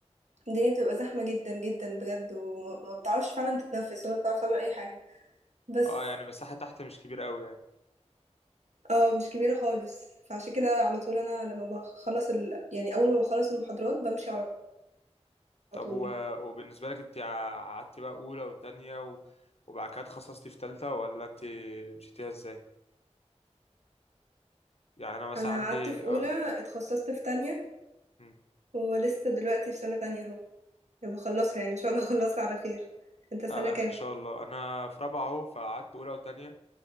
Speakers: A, on the right; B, on the left.
A: الدنيا بتبقى زحمة جدا جدا بجد وما بتعرفش فعلا تتنفس ولا بتعرف تعمل أي حاجة بس
B: اه يعني المساحة تحت مش كبيرة قوي يعني
A: اه مش كبيرة خالص فعشان كده على طول أنا لما بخلص ال... يعني أول ما بخلص المحاضرات بمشي على
B: طب
A: طول
B: و... وبالنسبة لك انت قعدتي بقى أولى وتانية و... وبعد كده اتخصصتي في تالتة ولا انت مشيتيها ازاي؟ يعني انا مثلا
A: أنا
B: عندي
A: قعدت في أولى
B: اه
A: اتخصصت في تانية
B: مم.
A: ولسه دلوقتي في سنة تانية أهو يعني بخلصها يعني إن شاء الله <laughs> أخلصها على خير أنت سنة
B: لا لا
A: كام؟
B: ان شاء الله انا في رابعه اهو فقعدت اولى وتانية